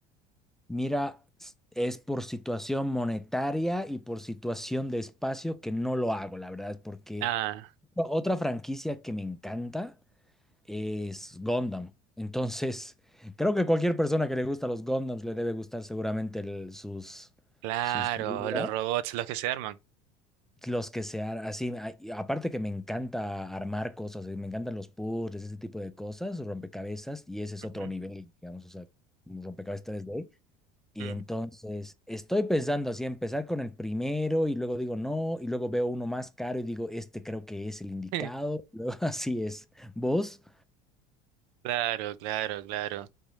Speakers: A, in the centre; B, on the right.
A: Mira, s- es por situación monetaria y por situación de espacio que no lo hago, la verdad, porque
B: Ah,
A: o- otra franquicia que me encanta es Gundam. Entonces, creo que cualquier persona que le gusta los Gundams le debe gustar seguramente el- sus,
B: claro,
A: sus figuras.
B: los robots, los que se arman.
A: Los que se ar- así, a- y aparte que me encanta armar cosas, eh, me encantan los puzzles, ese tipo de cosas, rompecabezas, y ese es
B: Ujú,
A: otro nivel, digamos, o sea, un rompecabezas 3D. Y
B: mm.
A: entonces estoy pensando así, empezar con el primero y luego digo no, y luego veo uno más caro y digo, este creo que es el indicado,
B: <laughs>
A: <laughs> luego así es. ¿Vos?
B: Claro, claro, claro.